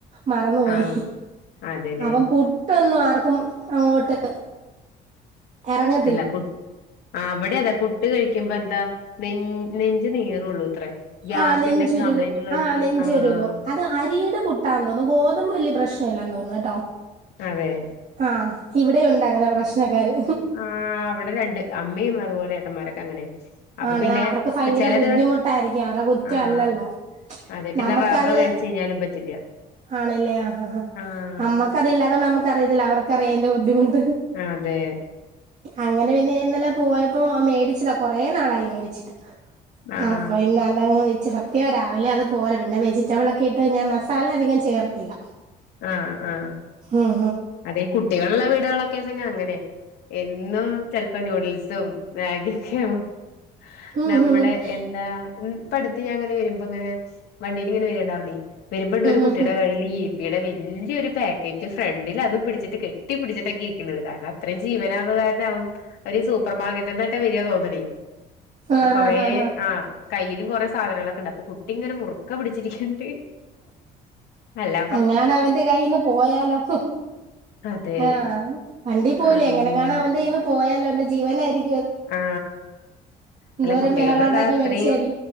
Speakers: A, on the right (about 45°); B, on the left (about 80°).
A: മറന്നുപോയി
B: ആഹ് അതെല്ലേ
A: അപ്പം പു ട്ടൊന്നും ആർക്കും അങ്ങോട്ട് എറങ്ങ
B: ത്തില്ല പുട്ട് അവടെ അതെ പുട്ട് കഴിക്കുമ്പോ <unintelligible> നീറുള്ളൂ ഇത്രേ ഗ്യാസിന്റെ
A: ആ നെഞ്ചുരുകും
B: ഒക്കെ കംപ്ലൈന്റ് ഉള്ളവർക്ക്
A: ആ നെഞ്ചുരുകും
B: ആഹ്
A: അത് അരിയുടെ പുട്ടാ ഗോതമ്പ് വലിയ പ്രശ്നില്ല ന്ന് തോന്നുന്നുട്ടോ
B: അതെ
A: ആ ഇവിടെയുണ്ട് അങ്ങനെ പ്രശ്നക്കാര്
B: ആ അവിടെ രണ്ട് അമ്മയും അതുപോലെ ഏട്ടന്മാരൊ അങ്ങനെ അപ്പൊ
A: ആണ്
B: പിന്നെ
A: അവർക്ക് ഭയങ്കര
B: ചില
A: ബുദ്ധിമുട്ടായിരിക്കും
B: ദിവസ
A: അവരെ കുറ്റം
B: ആഹ്
A: അല്ലല്ലോ
B: അതെ പിന്നെ
A: നമ്മുക്കത്
B: റവ കഴിച്ച് കഴിഞ്ഞാലും പറ്റില്ല
A: ആണ് ല്ലേ ആ
B: ആഹ്
A: നമ്മുക്കതില്ലാത്തതുകൊണ്ട് നമുക്കറിയത്തില്ല അവർക്ക് ക്കറിയാം ബുദ്ധിമുട്ട് ട്ട്
B: അതെ
A: അങ്ങനെ പിന്നെ ഞാനിന്നലെ പോയപ്പോ മേടിച്ചതാ കൊ കുറേ നാളായി മേടിച്ചിട്ട്
B: ആഹ്
A: ആ അപ്പൊ
B: ആഹ്
A: ഇന്ന അതങ്ങ് വെ <unintelligible> രാവിലെ അത് പോര പിന്നെ വെജിറ്റബിളൊക്കെ ഇട്ട് ഞാൻ മസാല അധികം ചേർത്തില്ല
B: ആ ആ
A: ഉം
B: അതെ കുട്ട്യാള്ള്ള വീടൊക്കെ അങ്ങനെ എന്നും ചെലപ്പോ നൂഡിൽസ് തും മാഗിക്കെ ആവും
A: ഉം ഉം
B: നമ്മുടെ
A: ഉം
B: എന്താ മ് ഇപ്പ അടുത്ത് ഞാൻ അങ്ങനെ വരുമ്പൊ ഇങ്ങനെ വണ്ടിയിൽ ഇങ്ങനെ വര്ന്ന്ണ്ടാർന്നെ വരുമ്പണ്ട് ഒരു കുട്ടിയുടെ
A: ഉം ഉം
B: കയ്യിൽ ഈ കുപ്പിയുടെ വല്യൊരു പാക്കറ്റ് ഫ്രണ്ടിൽ അതും പിടിച്ചിട്ട് റ്റ് കെട്ടി പിടിച്ചിട്ടാണ് ഇരിക്കണത് കാരണം അത്രയും ജീവനാവുന്ന കാരണാവും അവ സൂപ്പർ മാർക്കറ്റ്ന്ന് <unintelligible> വരിയാ തോന്ന്ണെ
A: ആഹ്
B: കൊറേ
A: ആഹ് ആഹ് ആഹ്
B: ആ കയ്യിലും കൊറെ സാധനങ്ങളൊക്കെണ്ട് അപ്പൊ കുട്ടി ഇങ്ങനെ മുറുക്കെ പിടിച്ചിരിക്ക <unintelligible> അല്ല
A: അങ്ങാണവന്റെ കയ്ൽന്ന് പോയാലോ ഹ് ഹ്
B: അതെ
A: ആ വണ്ടി പോകല്ലേ
B: ആ
A: എങ്ങനെങ്ങണവന്റെ
B: അങ്ങനെ
A: കയ്യ്ന്ന് പോയ <unintelligible> ജീവനായിരി
B: ആ
A: എന്തോരം
B: അല്ല കുട്ടികൾക്കൊക്കെ
A: ബഹളം ഉണ്ടാക്കി
B: അത്രയും
A: മേടിച്ചയായിരിക്കും